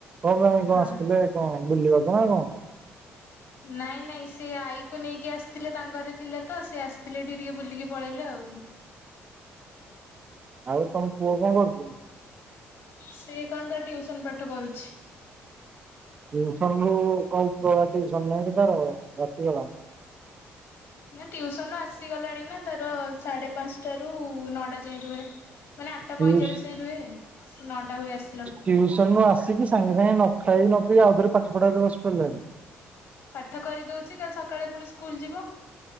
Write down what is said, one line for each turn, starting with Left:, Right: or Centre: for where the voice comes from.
Right: କଣ ପାଇଁ କଣ
Left: ହଁ
Right: ଆସିଥିଲେ କଣ ବୁଲିବାକୁ ନା କଣ?
Left: ନାଇଁ ନାଇଁ ସେ ଆଈକୁ ନେଇକି ଆସିଥିଲେ ତାଙ୍କ ଘରେ ଥିଲେ ତ, ସେ ଆସିଥିଲେ ଏଠିକି ଟିକେ ବୁଲିକି ପଳେଇଲେ ଆଉ।
Right: ଆଉ ତମ ପୁଅ କଣ କରୁଛି?
Left: ସିଏ କଣ ତା ଟ୍ୟୁସନ ପାଠ କରୁଛି।
Right: ଟିଉସନ ରୁ କଣ ଉପର ଟ୍ଯୁସନ ନାହିଁକି ତର ରାତି ବେଳା?
Left: ନା ଟ୍ୟୁସନ ରୁ ଆସିଗଲାଣି ନା ତାର ସାଢ଼େ ପାଞ୍ଚଟା ରୁ ନଅଟା ଯାଏଁ ରୁହେ। ମାନେ ଆଠଟା
Right: ଟିଉସ
Left: ପଇଁଚାଳିଶ ଯାଏଁ ରୁହେ ସେ ନଅଟା ହୁଏ ଆସିଲା ବେଳକୁ।
Right: ଟ୍ୟୁସନ ରୁ ଆସିକି ସାଙ୍ଗେ ସାଙ୍ଗେ ନ ଖାଇକ ନ ପି ଆଉଥରେ ପାଠ ପଢ଼ାରେ ବସି ପାଡ଼ିଲାଣି?
Left: ପାଠ କରିଦଉଛି କାଲି ସକାଳେ ପୁଣି ସ୍କୁଲ ଯିବ।